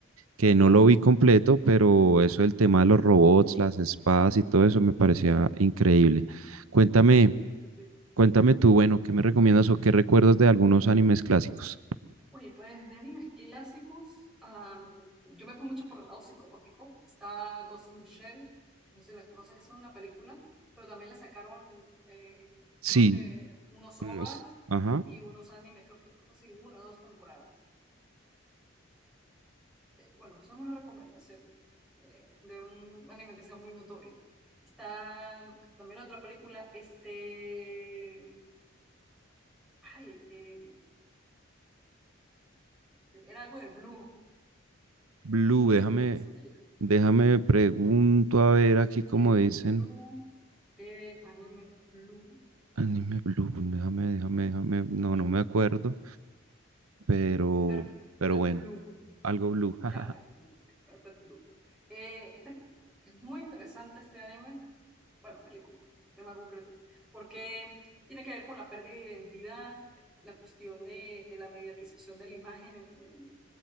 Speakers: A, on the right (about 80°); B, in the centre.
A: que no lo vi completo, pero eso, el tema de los robots, las espadas y todo eso me parecía increíble. Cuéntame,
B: Ujú, sí, sí.
A: cuéntame tú, bueno, ¿qué me recomiendas o qué recuerdas de algunos animes clásicos?
B: Oye, pues de animes clásicos, am, yo me fui mucho por el lado psicológico. Está Ghost in the Shell, no sé si la conoces, es una película, pero también le sacaron, eh,
A: Sí,
B: creo que unos OVAs
A: unos- ajá.
B: y unos animes, creo que, no sé si uno o dos temporadas. Eh, bueno, eso es una recomendación eh, de un anime que sea muy notorio. Está también otra película, este, Ay, eh, era algo de Blue.
A: Blue, déjame,
B: Qué pena que se me haya-
A: déjame pregunto a ver
B: eh,
A: aquí cómo
B: eh,
A: dicen.
B: Blue, eh, anime, Blue.
A: Anime Blue, déjame, déjame, déjame. No,
B: Mm,
A: no me acuerdo, pero,
B: Perfect
A: pero bueno,
B: Blue.
A: algo Blue. <laughs>
B: Ya, la ya me acuerdo, Perfect Blue. Eh, este- es muy interesante este anime, bueno, película, se llama concreto, porque tiene que ver con la pérdida de identidad, la cuestión de, de la mediatización de la imagen en